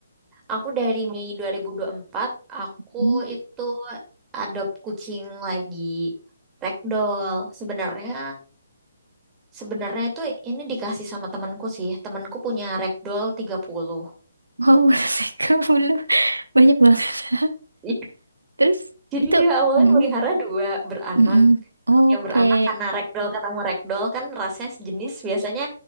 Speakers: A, on the right; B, on the right.
A: aku dari Mei dua dua ribu dua puluh empat aku
B: Hmm.
A: itu adopt kucing lagi ragdoll. Sebenarnya sebenarnya itu ini dikasih sama temanku sih. Temanku punya ragdoll 30.
B: wow <laughs> tiga puluh banyak banget <laughs>
A: Iya.
B: terus
A: Jadi
B: itu
A: dia awalnya
B: mm-mm,
A: melihara dua beranak.
B: mm-mm. oke
A: Yang beranak karena ragdoll ketemu ragdoll kan rasnya sejenis biasanya